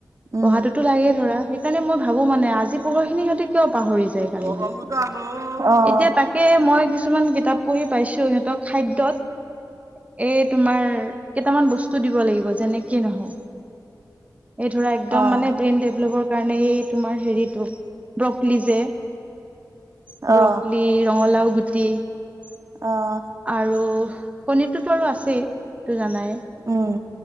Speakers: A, on the right; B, on the right.
A: উম
B: পঢ়াতোতো লাগেই ধৰা। সেইকাৰণে মই ভাবো মানে আজি পঢ়া খিনি সিহঁতে কিয় পাহৰি যায়
A: অ',
B: কালিলৈ।
A: অ',
B: এতিয়া তাকে মই কিছুমান কিতাপ পঢ়ি পাইছো সিহঁতৰ খাদ্যত এ তোমাৰ কেইটামান বস্তু দিব লাগিব যেনেকে নহওঁক। এই ধৰা একদম
A: অ',
B: মানে ব্ৰেইন ডেভেলপৰ কাৰণে এই ব <unintelligible> গুটি আৰু
A: অ',
B: কণীটোতো আৰু
A: অ',
B: আছেই এইটো জানাই।
A: উম,